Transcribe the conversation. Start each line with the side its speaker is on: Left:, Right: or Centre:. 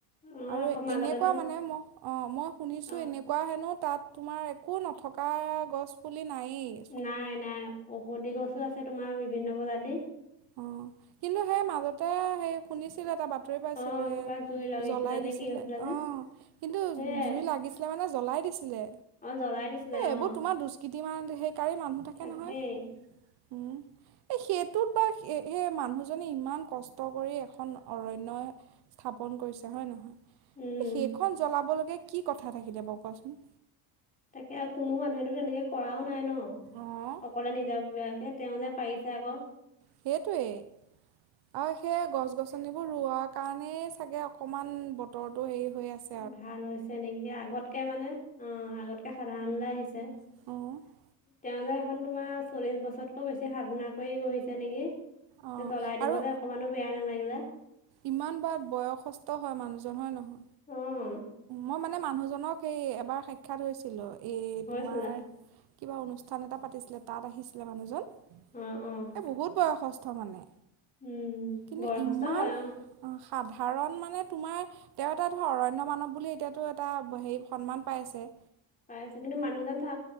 Left: অ
Right: আৰু
Left: আকৌ মাজতে
Right: এনেকুৱা
Left: যেন
Right: মানে ম' অ', মই শুনিছোঁ
Left: অ
Right: এনে- কুৱা হেনো তাত তোমাৰ একো নথকা গছ পুলি নায়ে।
Left: নাই নাই ঔষধি গছো আছে তোমাৰ বিভিন্ন প্ৰজাতি।
Right: অ', কিন্তু সেই মাজতে, সেই শুনিছিল এটা বাত- তৰি পাইছিলোঁ
Left: অ কিবা
Right: এ,
Left: জুই লগাইছিলে
Right: জ্বলাই
Left: নে
Right: দিছিলে
Left: কি হৈছিলে যে
Right: অ', কিন্তু
Left: সেয়াই
Right: জুই লাগিছ লে মানে জ্বলাই দিছিলে।
Left: অ জ্বলাই দিছিলে
Right: এ,
Left: অ
Right: এইবোৰ তোমাৰ দুষ্কিটি মান হেকাৰি মানুহ থাকে
Left: থাকেই
Right: নহয় উম, এ সেইটো পাই সে এ, মানুহজনি ইমান কষ্ট কৰি এখন অৰণ্য- স্থাপন কৰিছে, হয় নহয়?
Left: উম
Right: এ, সেইখন জ্বলাবলগীয়া কি কথা থাকিলে বাৰু, কোৱাচোন?
Left: তাকে কোনো মানুহেতো তেনেকে কৰাও নাই ন'
Right: অ',
Left: অপ- <unintelligible> তেওঁ লে পাৰিছে আকৌ।
Right: সেইটোৱে, আৰু সেই গছ গছ ছনিবোৰ ৰোৱা কাৰণে চাগে অকণমান বতৰটো হেৰি হৈ আছ
Left: ভাল হৈছে নেকি আগতকে মানে, অ', আগতকে সাধাৰণলৈ আহিছে।
Right: অ'।
Left: তেওঁ যে এখন তোমাৰ চল্লিশ বছৰতকৈ বেছি সাধনা কৰি বহিছে নেকি।
Right: অ',
Left: জ্বলাই দিবলৈ
Right: আৰু
Left: অকণমানো বেয়া নালাগিলে।
Right: ইমান বা বয়সস্থ হয় মানুহজন হয় নহয়?
Left: অ'।
Right: মই মানে মানুহজনক এই এবাৰ সাক্ষাৎ হৈছিলোঁ, এই
Left: হৈছিলা
Right: তোমাৰ কিবা অনুষ্ঠান এটা পাতিছিলে তাত আহিছিলে মানুহজন।
Left: অ', অ'।
Right: এ, বহুত বয়সস্থ মানে,
Left: উম
Right: কিন্তু
Left: বয়সস্থ
Right: ইমান
Left: হয়
Right: অ, সাধাৰণ মানে তোমাৰ তেওঁ এটা ধৰ অৰণ্য মানব বুলি এতিয়াতো এটা হেৰি সন্মান পাই আছে।
Left: পাই আছে কিন্তু মানুহজন <unintelligible>